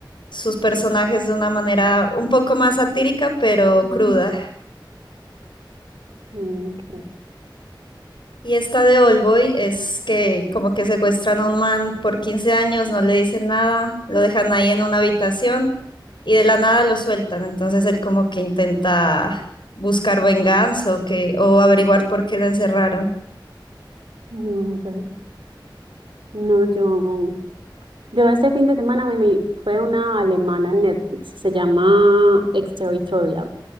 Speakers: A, on the left; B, on the right.
A: sus personajes de una manera un poco más satírica, pero
B: Ujú.
A: cruda.
B: Ok.
A: Y esta de Oldboy es que como que secuestran a un man por 15 años, no le dicen nada, lo dejan ahí en una habitación y de la nada lo sueltan. Entonces él como que intenta buscar venganza o que, o averiguar por qué lo encerraron.
B: No, yo, no, yo Yo este fin de semana me vi, fue una alemana en Netflix, se llama Exterritorial.